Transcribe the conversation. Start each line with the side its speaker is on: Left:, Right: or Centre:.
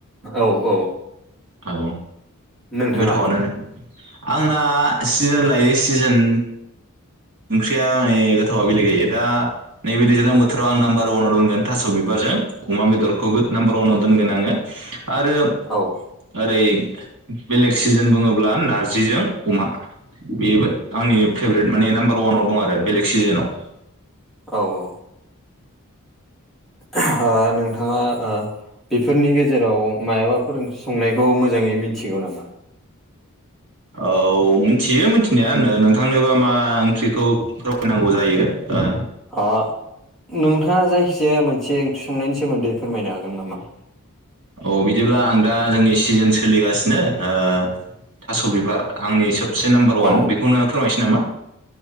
Centre: औ औ
Right: औ
Centre: नोंथाङालाय
Right: गोथाव आनो आंना सिजोन लायो सिजोन ओंख्रिया माने गोथावा बेलेग जायो दा नैबे दैज्लां बोथोराव आं नाम्बार वानाव दोनगोन थास' बिबारजों अमा बेदरखौबो नाम्बार वानाव दोनगोन आङो आरो
Centre: औ
Right: ओरै बेलेग सिजोन बुङोब्ला नारजिजों अमा। बेबो आंनि फेभरेट माने नाम्बार वानाव दं आरो बेलेग सिजोनाव।
Centre: औ औ <unintelligible> ओ नोंथाङा ओ बेफोरनि गेजेराव मायाबाफोर ओंख्रि संनायखौ मोजाङै मिथिगौ नामा?
Right: औ मिथियो मिथिनाया <unintelligible> नोंथांनोबा मा ओंख्रिखौ फोरमायनांगौ जायो ओ
Centre: ओ नोंथाङा जायखिजाया मोनसे ओंख्रि संनायनि सोमोन्दै फोरमायनो हागोन नामा?
Right: औ बिदिब्ला आं दा जोंनि सिजोन सोलिगासिनो ओ थास' बिबार आंनि सबसे नाम्बार अवान
Centre: औ
Right: बेखौनो फोरमायसै नामा?